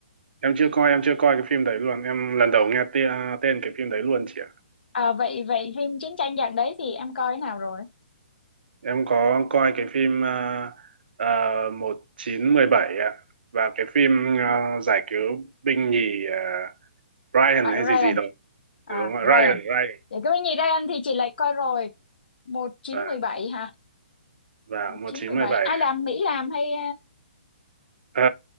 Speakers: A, on the right; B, on the left.
A: em chưa coi em chưa coi cái phim đấy luôn em lần đầu nghe tia, tên cái phim đấy luôn chị ạ
B: à vậy vậy phim chiến tranh dạng đấy thì em coi nào rồi
A: em có coi cái phim à, à, một chín uh, bảy ạ và cái phim ờ, giải cứu binh nhì ờ, Ryan
B: à,
A: hay
B: Ryan
A: gì gì đó
B: à
A: đúng rồi
B: Ryan
A: Ryan Ryan
B: vậy cái gì Ryan thì chị lại coi rồi một chín
A: và
B: một bảy hả
A: và
B: một
A: 1917
B: chín một bảy ai làm Mỹ làm hay
A: Ờ,